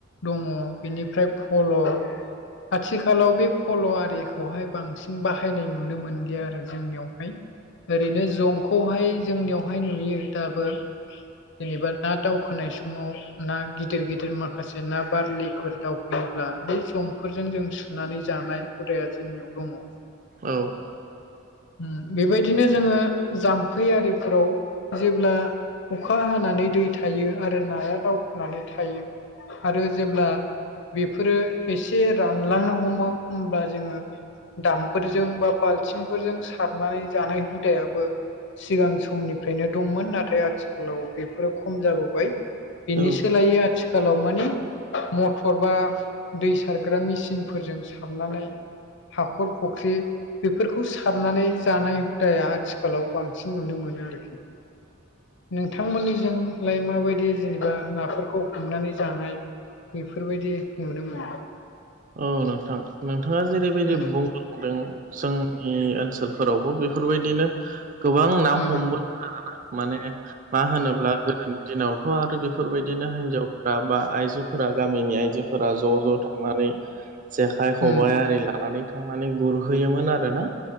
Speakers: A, on the left; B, on the right.
A: दङ बेनिफ्राय फल आथिखालाव बे फल आरिखौहाय बांसिन बाहायनाय नुनो मोनलिया आरो जोंनियावहाय ओरैनो जंखौहाय जोंनियावहाय नुयो दाबो जेनेबा ना दावखोनाय समाव ना गिदिर गिदिर माखासे ना बारलिफोर दावफैयोब्ला बै जं फोरजों जों सुनानै जानाय हुदाया जोंनियाव दङ
B: औ
A: उम बेबायदिनो जोङो जाम्फै आरिफ्राव जेब्ला अखा हानानै दै थायो आरो नाया दावखोननानै थायो आरो जेब्ला बेफोरो एसे रानलांनो हमो होमब्ला जोङो दामफोरजों बा बाल्थिंफोरजों सारनानै जानाय हुदायाबो सिगां समनिफ्रायनो दंमोन नाथाय आथिखालाव बेफोरो खम जाबोबाय बेनि
B: औ
A: सोलायै आथिखालाव माने मथर बा दै सारग्रा मेसिनफोरजों सारनानै हाखर फख्रि बेफोरखौ सारनानै जानाय हुदाया आथिखालाव बांसिन नुनो मोनो आरोखि नोंथांमोननिजोंलाय माबायदि जेनेबा नाफोरखौ हमनानै जानाय बेफोरबायदि नुनो मोनो
B: औ नोंथां नोंथाङा जेरैबायदि
A: उम
B: बुंलांदों जोंनि ओनसोलफोरावबो बेफोरबायदिनो गोबां ना
A: उम
B: हमबोदों आरोना माने मा होनोब्ला गोदोनि दिनावथ आरो बेफोरबायदिनो हिनजावफोरा बा आइजोफोरा गामिनि आइजो फोरा ज' ज' थांनानै जेखाइ खबायाइ
A: उम
B: आरि लानानै थांनानै गुरहैयोमोन आरोना